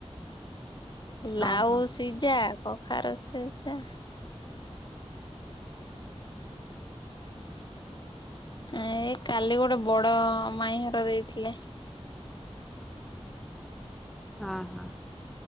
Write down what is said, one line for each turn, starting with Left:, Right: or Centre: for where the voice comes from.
Left: ଲାଉ
Centre: ଓହୋ।
Left: ସିଜା କଖାରୁ ସିଜା। ଏଇ କାଲି ଗୋଟେ ବଡ ମାଇଁ ଘର ଦେଇଥିଲେ।
Centre: ଅଁ ହଁ